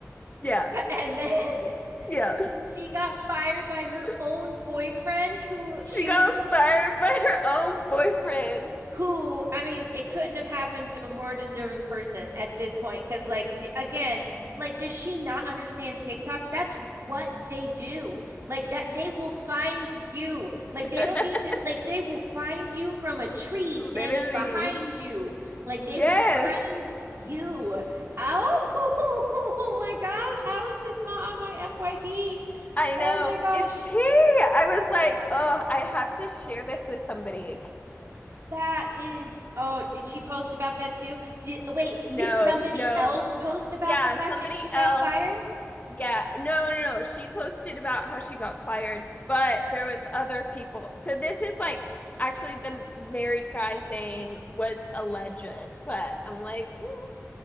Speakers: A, on the left (about 30°); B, on the right (about 55°).
A: yeah
B: and then <laughs>
A: yeah
B: she got fired by her
A: <laughs>
B: own boyfriend who
A: she
B: she
A: got
B: was
A: fired by her own boyfriend
B: who I mean, it couldn't have happened to a more deserving person at this point. Cause like, see, again, like, does she not understand TikTok? That's what they do. Like that, they will find you. Like they
A: <laughs>
B: don't need to. Like they will find you from a tree
A: literally
B: standing behind you. Like they
A: yes
B: will find you. Oh, <laughs> oh my gosh! How is this not on my FYP?
A: I know.
B: Oh my gosh!
A: It's tea. I was like, oh, I have to share this with somebody.
B: That is, oh, did she post about that too? Did wait,
A: No,
B: did somebody
A: no.
B: else post about
A: Yeah,
B: the fact
A: somebody
B: that she got
A: else.
B: fired?
A: Yeah, no, no, no. She posted about how she got fired, but there was other people. So this is like actually the married guy thing was alleged, but I'm like, mm,